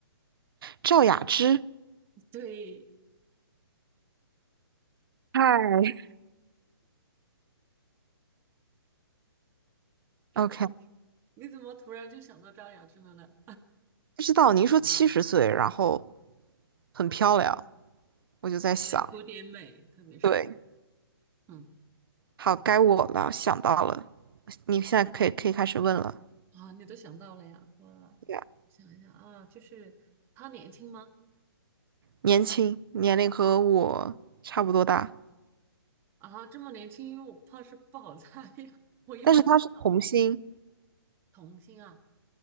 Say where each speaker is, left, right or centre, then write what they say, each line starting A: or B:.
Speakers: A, on the right; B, on the right.
A: 赵雅芝
B: <laughs>，对，
A: 嗨，
B: 赵雅芝，
A: ，OK，
B: 你怎么突然就想到赵雅芝了呢？
A: 不知道您说七十岁，然后很漂亮，我就在想，
B: 对，古典美，特别是，
A: 对，
B: 嗯，
A: 好，该我了，想到了，你现在可以可以开始问了。
B: 啊，你都想到了呀？我我想一想啊，
A: 对呀
B: 就是她年轻吗？
A: 年轻，年龄和我差不多大，
B: 啊，这么年轻，因为我怕是不好猜呀。<laughs> 我一般猜老
A: 但是他是童星，
B: 童星啊，